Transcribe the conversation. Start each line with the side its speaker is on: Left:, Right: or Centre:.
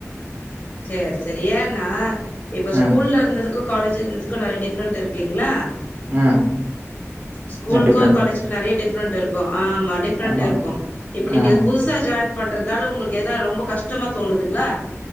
Left: செரி செரி ஏன்னா இப்ப ஸ்கூல்ல
Right: ம்
Left: இருந்ததுக்கு காலேஜ் இது இதுக்கு நெறைய டிஃப்ரெண்ட் இருக்குல்லேங்ளா
Right: ம்
Left: ஸ்கூலுக்கு
Right: டிஃப்ரெண்ட்
Left: காலேஜ்க்கு நெறைய டிவ் ரென்ட் இருக்கு ஆமா டிஃப்ரெண்ட்
Right: ஆமா
Left: இருக்கு இப்ப நீங்க
Right: ம்
Left: இதே புதுசா ஜாயின் பண்றதுனால உங்களுக்கு ஏனா ரொம்ப கஷ்டமா தோணுதுங்ளா